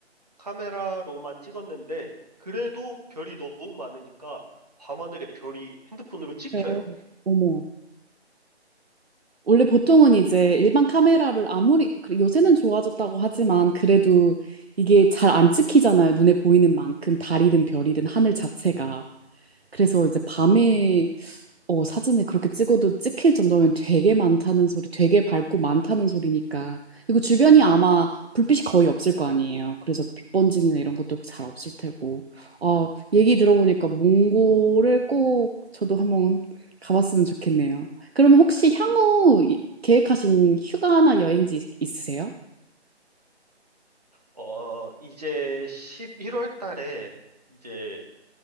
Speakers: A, on the right; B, on the right.
A: 카메라로만 찍었는데 그래도 별이 너무 많으니까 밤하늘에 별이 핸드폰으로 찍혀요.
B: 그래, 어머. 원래 보통은 이제 일반 카메라를 아무리, 그래, 요새는 좋아졌다고 하지만 그래도 이게 잘 안 찍히잖아요. 눈에 보이는 만큼 달이든 별이든 하늘 자체가. 그래서 이제 밤에 어, 사진을 그렇게 찍어도 찍힐 정도면 되게 많다는 소리, 되게 밝고 많다는 소리니까. 그리고 주변이 아마 불빛이 거의 없을 거 아니에요. 그래서 빛 번짐이나 이런 것도 잘 없을 테고. 어, 얘기 들어보니까 몽골을 꼭 저도 한번 가봤으면 좋겠네요. 그러면 혹시 향후 이- 계획하신 휴가나 여행지 있- 있으세요?
A: 어, 이제 11월 달에 이제